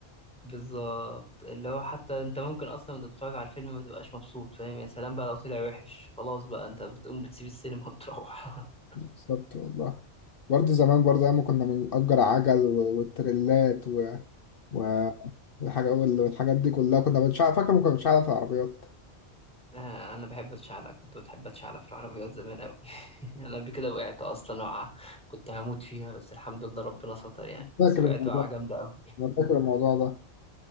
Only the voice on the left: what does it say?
بالظبط والله برضه زمان برضه أيام ما كنا بنأجر عجل و- والتريلات و- و- والحاجة وال- والحاجات دي كلها كنا مش عارف فاكر ما كناش عارف العربيات
فاكر
الموضوع
ده.
أنا فاكر الموضوع ده